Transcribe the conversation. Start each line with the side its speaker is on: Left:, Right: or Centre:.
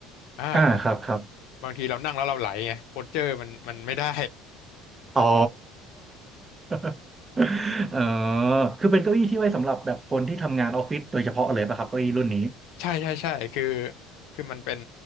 Left: อ่าอ่า
Right: อ่าครับครับ
Left: บางทีเรานั่งแล้วเราไหลไงโพสเจอร์มันมันไม่ได้
Right: อ๋อ <laughs> เออคือเป็นเก้าอี้ที่ไว้สำหรับแบบคนที่ทำงานออฟฟิศโดยเฉพาะเลยป่ะครับเก้าอี้รุ่นนี้
Left: ใช่ใช่ใช่คือคือมันเป็น